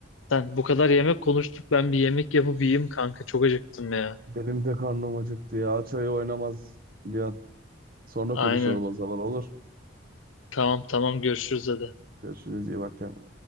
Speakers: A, on the left; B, on the right.
A: Sen bu kadar yemek konuştuk ben bir yemek yapıp yiyeyim kanka çok acıktım ya.
B: Benim de karnım acıktı ya. Çayı oynamaz biliyorsun. Sonra
A: Aynen.
B: konuşalım o zaman olur.
A: Tamam tamam görüşürüz hadi.
B: Görüşürüz iyi bak kendine.